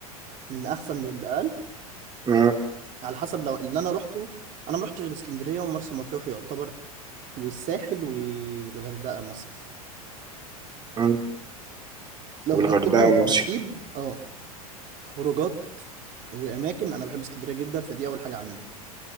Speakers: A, on the right; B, on the right.
A: من احسن للاقل
B: امم
A: على حسب لو اللي انا روحته انا ما رحتش غير اسكندريه ومرسى مطروح يعتبر والساحل والغردقه مصيف
B: امم
A: لو
B: والغردقه
A: هرتبهم
B: ومصر
A: بالترتيب اه خروجات واماكن انا بحب اسكندريه جدا فدي اول حاجه عندي